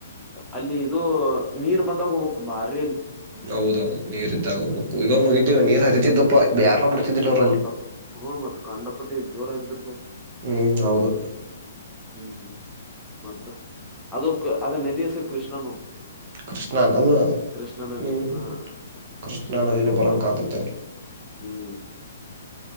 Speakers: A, in the centre; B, on the right (about 45°).
A: ಅಲ್ಲಿ ಇದು ನೀರ್ ಬಂದಾಗ ಹೋಗ್ಬೇಕು ಬಾರಿ ಅಲ್ಲಿ
B: ಹೌದೌದು ನೀರ್ ಇದಾಗ ಹೋಗ್ಬೇಕು ಈಗ ಮಗಿದ್ದ ನೀರ್ ಹರಿತಿದ್ದಪ್ಪಾ ಯಾರ್ನ ಬಿಡ್ತಿದಿಲ್ಲ ನೋಡು
A: ಕಾಂಡಪಟ್ಟಿ ಹ್ಮ ಮತ್ತ ಕಂಡಪಟ್ಟಿ ಜೋರಗ್ ಹಿಡಿದರ್ಗನು
B: ಹ್ಮ್ ಹೌದು
A: ಹ್ಮ್ ಹ್ಮ್ ಮತ್ತ ಅದುಕ್ಕ ಅದ ನದಿ ಹೆಸರು ಕೃಷ್ಣ ನೋಡ್
B: ಕೃಷ್ಣ ನದು
A: ಕೃಷ್ಣ ನದಿ
B: ಹ್ಮ್ ಹ್ಮ್
A: ಹಾ <unintelligible>
B: ಕೃಷ್ಣಾ ನದಿನೇ
A: ನದಿ ಬಂತದಲ್ಲ
B: ಬರಂಗ ಕಾಣ್ತೈತೆ
A: ಹ್ಮ್